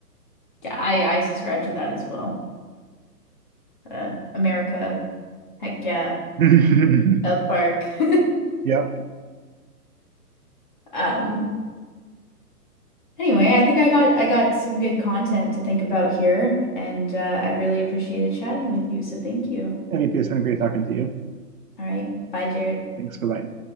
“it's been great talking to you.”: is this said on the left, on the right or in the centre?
Right